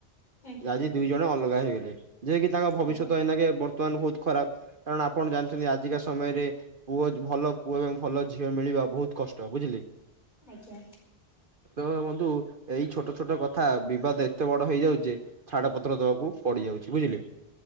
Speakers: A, on the left; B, on the right.
A: ଆଜ୍ଞା
B: ଆଜି ଦୁଇ ଜଣ ଅଲଗା ହେଇଗଲେ ଯ କିି ତାଙ୍କ ଭବିଷ୍ୟତ
A: ଆଜ୍ଞା
B: ଏଇନାକେ ବର୍ତ୍ତମାନ ବହୁତ ଖରାପ। କାରଣ ଆପଣ ଜାଣିଛନ୍ତି ଆଜିକା ସମୟରେ ପୁଅ ଭଲ ପୁଅ ଏବଂ ଭଲ ଝିଅ ମିଳିବା ବହୁତ କଷ୍ଟ ବୁଝିଲେ।
A: ଆଜ୍ଞା।
B: ତ ବନ୍ଧୁ ଏଇ ଛୋଟ ଛୋଟ କଥା ବିବାଦ ଏତେ ବଡ ହେଇଯାଉଛିଯେ ଛାଡ ପତ୍ର ଦବାକୁ ପଡିଯାଉଛି ବୁଝିଲେ?